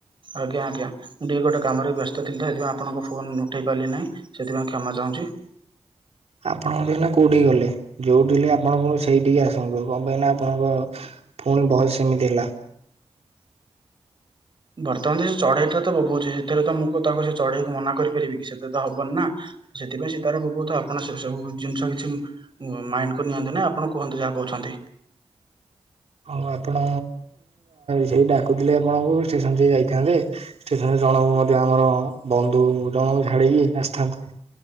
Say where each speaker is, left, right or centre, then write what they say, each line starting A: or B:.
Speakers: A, on the right; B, on the right.
A: ଆଜ୍ଞା ଆଜ୍ଞା। ମୁଁ ଟିକେ ଗୋଟେ କାମରେ ବ୍ୟସ୍ତ ଥିଲି ତ ସେଥିପାଇଁ ଆପଣଙ୍କ ଫୋନ୍ ଉଠେଇ ପାରିଲି ନାହିଁ। ସେଥିପାଇଁ କ୍ଷମା ଚାହୁଁଚି।
B: ଆପଣଙ୍କ <unintelligible> କୋଉଠିକି ଗଲେ? ଯୋଉଠି ଥିଲେ ଆପଣ ପୁଣି ସେଇଠିକି ଆସନ୍ତୁ କଣ ପାଇଁ ନା ଆପଣଙ୍କ ପୁଣି ଭଏସ ସେମିତି ହେଲା।
A: ବର୍ତ୍ତମାନ ସେ ଚଢେଇ ଟା ତ ବୋବୋଉଚି ସେଥିରେ ତ ମୁଁ ତାଙ୍କ ସେ ଚଢେଇକୁ ମନା କରିପାରିବ କି ସେଥିରେ ତ ହବନି ନା। ସେଥିପାଇଁ ସେ ତାର ବୋବୋଉ ଥାଉ। ଆପଣ ସେ ସବୁ ଜିନିଷ କିଛି ମାଇଣ୍ଡ କୁ ନିଅନ୍ତୁନି। ଆପଣ କୁହନ୍ତୁ ଯାହା କହୁଛନ୍ତି।
B: ହଉ ଆପଣ ସେଇ ଡାକୁଥିଲେ ଆପଣଙ୍କୁ ଷ୍ଟେସନ ଟିକେ ଯାଇଥାନ୍ତେ। ଷ୍ଟେସନ୍ ରେ ଜଣଙ୍କୁ ମଧ୍ୟ ଆମର ବନ୍ଧୁ ଜଣଙ୍କୁ ଝାଡିକି ଆସିଥାନ୍ତେ।